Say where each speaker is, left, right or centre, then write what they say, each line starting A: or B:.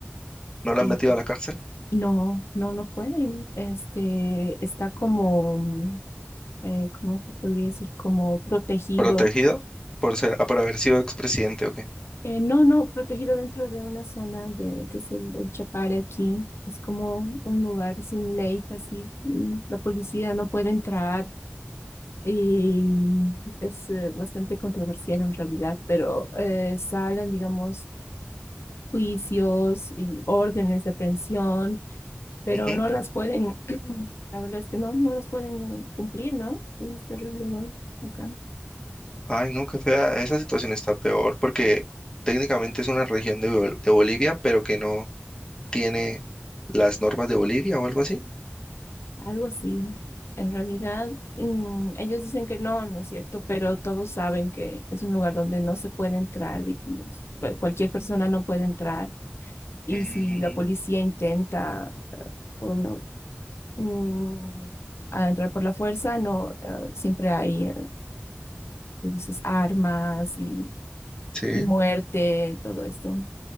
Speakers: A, on the left; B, on the left.
A: ¿No la
B: Y
A: han metido a la cárcel?
B: no, no, no puede. Este, está como, eh, ¿cómo te podría decir? Como protegido.
A: ¿Protegido? Por ser, ah, por haber sido expresidente, ¿o qué?
B: Eh, no, no, protegido dentro de una zona de, que es el, el Chapare aquí. Es como un lugar sin ley, casi. mm, La policía no puede entrar y es eh, bastante controversial en realidad, pero eh, salen, digamos, juicios y órdenes de pensión, pero
A: Ujú.
B: no las pueden, <clears throat> la verdad es que no, no las pueden eh, cumplir, ¿no? Sí, Es terrible, igual acá.
A: Ay, no, qué fea. Esa situación está peor porque técnicamente es una región de, Bol- de Bolivia, pero que no tiene las normas de Bolivia o algo así.
B: Algo así. En realidad, mm, ellos dicen que no, no es cierto, pero todos saben que es un lugar donde no se puede entrar, digamos. Cu- Cualquier persona no puede entrar. Y
A: Mm,
B: si la policía intenta o no mm, a entrar por la fuerza, no, eh, siempre hay, eh, que dices, armas y,
A: sí.
B: y muerte, todo esto.